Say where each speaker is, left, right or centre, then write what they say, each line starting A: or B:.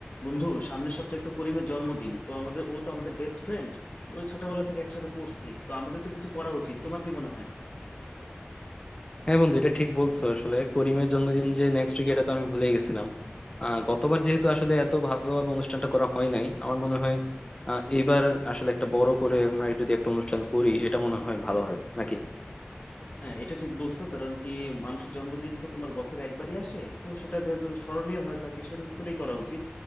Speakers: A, on the left; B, on the left.
A: বন্ধু সামনের সপ্তাহে তো করিমের জন্মদিন তো আমাদের ও তো আমাদের বেস্ট ফ্রেন্ড ওই ছোটবেলা থেকে একসাথে পড়ছি তো আমাদের তো কিছু করা উচিত তোমার কি মনে হয়
B: হ্যাঁ বন্ধু এটা ঠিক বলছো আসলে করিমের জন্মদিন যে নেক্সট উইক এটা তো আমি ভুলে গেছিলাম আহ, গতবার যেহেতু আসলে এত ভালোভাবে অনুষ্ঠানটা করা হয় নাই আমার মনে হয় আহ, এইবার আসলে একটা বড় করে আমরা যদি একটা অনুষ্ঠান করি এটা মনে হয় ভালো হয় নাকি
A: হ্যাঁ এটা ঠিক বলছো কারণ কি মানুষের জন্মদিন তো তোমার বছরে একবারই আসে তো সেটা যেহেতু স্মরণীয় হয়ে থাকে সেরকম করেই করা উচিত